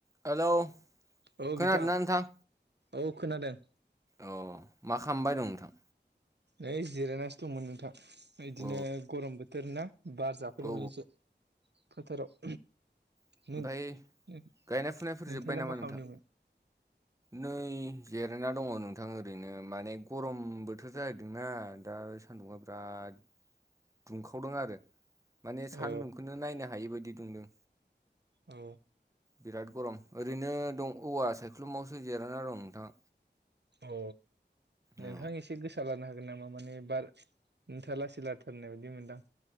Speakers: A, on the right; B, on the right.
A: Hello
B: औ
A: खोनादों
B: बिथां
A: ना नोथां?
B: औ खोनादों
A: अ मा खालामबाय दं नोंथां?
B: ओइ जिरायनासो दंमोन नोंथां बिदिनो
A: औ
B: गरम बोथोर ना बार जाफैदोंमोन
A: औ
B: एसे फोथाराव
A: ओमफ्राय
B: नों नों नोंथाङालाय
A: गायनाय फुनायफोर जोब्बाय नामा
B: मा
A: नोंथां
B: खालामदोंमोन?
A: नै जेब रायना दङ नोंथां ओरैनो माने गरम बोथोर जाहदोंना दा सानदुंङा बिराद दुंखावदों आरो माने सानदुंखौ
B: अ
A: नायनो हायि बायदि दुंदों
B: औ
A: बिराद गरम ओरैनो दं औवा सायख्लुमावसो जेरायना दं नोंथां।
B: अ नोंथां
A: अ
B: एसे गोसा लानो हागोन गोन नामा माने बार नथा लासै लाथारनाय बायदि मोनदां